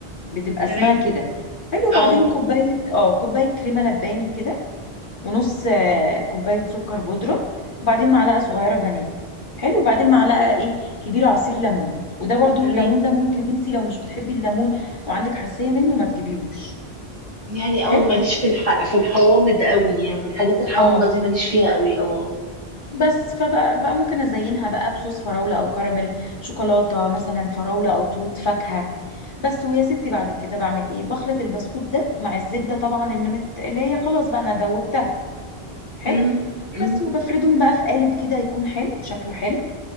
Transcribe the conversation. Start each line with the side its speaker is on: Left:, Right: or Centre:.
Left: بتبقى
Right: تمام
Left: اسمها كده حلو
Right: اه
Left: بعدين كوبايه اه كوبايه كريمه لباني كده ونص آه، كوبايه سكر بودره وبعدين معلقه صغيره فانيليا حلو وبعدين معلقه ايه كبيره عصير ليمون وده برضو
Right: تمام
Left: الليمون ده ممكن انت لو مش بتحبي الليمون او عندك حساسيه منه ما تجيبيهوش
Right: يعني اه
Left: حلو
Right: انا ماليش في الح... في الحوامض قوي يعني الحاجات الحامضه
Left: اه
Right: دي ماليش فيها قوي اه
Left: بس فبقى بقى ممكن ازينها بقى بصوص فراولة او كراميل شوكولاتة مثلا فراولة او توت فاكهة بس ويا ستي بعد كده بعمل ايه بخلط البسكوت ده مع الزبدة طبعا اللي مت... اللي هي خلاص بقى انا دوبتها حلو
Right: امم امم
Left: بس وبفردهم بقى في قالب كده يكون حلو شكله حلو